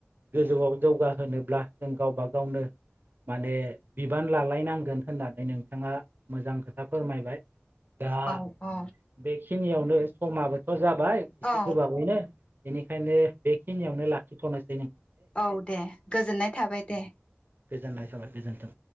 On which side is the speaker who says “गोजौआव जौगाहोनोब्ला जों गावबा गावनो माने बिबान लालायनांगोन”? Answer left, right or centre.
Right